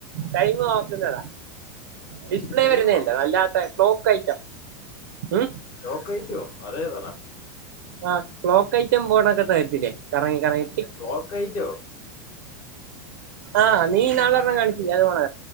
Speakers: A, on the right; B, on the left.
A: ടൈമ്നോക്ക ഡിസ്പ്ലേ
B: ടൈം
A: വരുന്നേല്ല
B: നോക്കുന്നേ
A: അല്ലാത്ത ക്ലോക്ക് ഐറ്റം ഉം
B: ക്ലോക്ക് ഐറ്റമോ അത് ഏതാടാ
A: ആഹ് ക്ലോക്ക് ഐറ്റം പോണൊക്കെ തരത്തില്ലേ കറങ്ങി കറങ്ങി
B: ക്ലോക്കയിറ്റോ
A: ആഹ് നീ ഇന്നാള് ഒരെണ്ണം കാണിച്ചില്ലെ അത് പോലെ